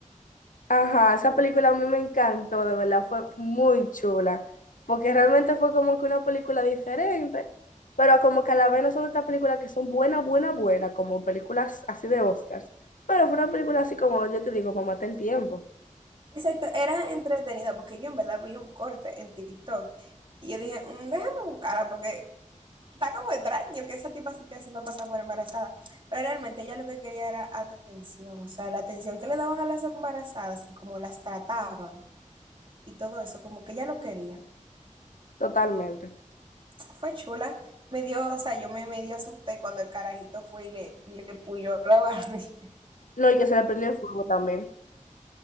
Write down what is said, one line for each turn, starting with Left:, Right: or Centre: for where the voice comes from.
Left: Ajá, esa película a mí me encantó, de verdad, fue muy chula, porque realmente fue como que una película diferente, pero como que a la vez no son estas películas que son buenas, buenas, buenas, como películas así de Oscars, pero fue una película así como, yo te digo, para matar el tiempo,
Right: exacto, era entretenida porque yo en verdad vi un corte en TikTok y yo dije, "Mm, déjame buscarla porque está como extraño que esa tipa se esté haciendo pasar por embarazada. Pero realmente ella lo que quería era atención, o sea, la atención que le daban a las embarazadas y cómo las trataban y todo eso, como que ella lo quería.
Left: totalmente.
Right: fue chula. Me dio, o sea, yo me medio asusté cuando el carajito fue y le, le puyó la barriga. <laughs>
Left: No, y que se le prendió el fuego también.